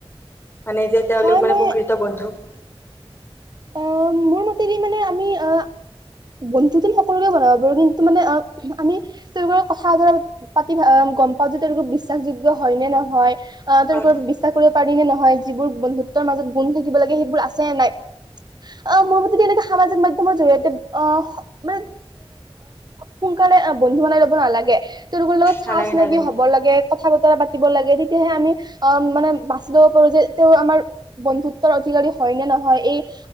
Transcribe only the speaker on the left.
মানে যে তেওঁল
মানে
পুখীৰীত বন্ধু
হয়
নালাগে
নালাগে